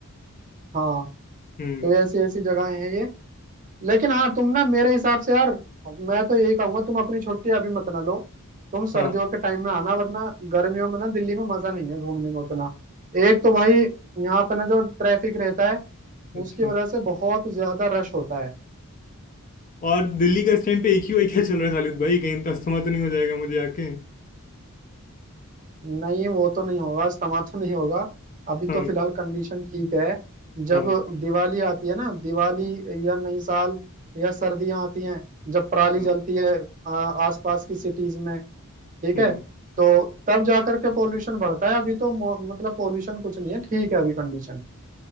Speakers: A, on the right (about 35°); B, on the left (about 35°).
A: हाँ
B: हम्म
A: तो ऐसी ऐसी जगहें हैं ये लेकिन हाँ तुम ना मेरे हिसाब से यार मैं तो यही कहूंगा तुम अपनी छुट्टी अभी मत ना लो तुम सर्दियों
B: हाँ
A: के टाइम में आना वरना गर्मियों में ना दिल्ली में मजा नहीं है घूमने में उतना एक तो भाई यहाँ पे ना जो ट्रैफिक रहता है
B: अच्छा
A: उसकी वजह से बहुत ज्यादा रश होता है
B: और दिल्ली का इस टाइम पे एक ही वाई क्या चल रहा है खालिद भाई कहीं तस्मा तो नहीं हो जाएगा मुझे आके
A: नहीं वो तो नहीं होगा इस्तेमाल तो नहीं होगा अभी तो
B: हाँ
A: फिलहाल कंडीशन ठीक है जब
B: हाँ
A: दिवाली आती है ना दिवाली या नई साल या सर्दियां आती हैं जब पराली
B: हाँ
A: जलती है आ, आसपास की सिटीज में ठीक
B: हम्म
A: है तो तब जाकर के पोल्यूशन बढ़ता है अभी तो मो- मतलब पोल्यूशन कुछ नहीं है ठीक है अभी कंडीशन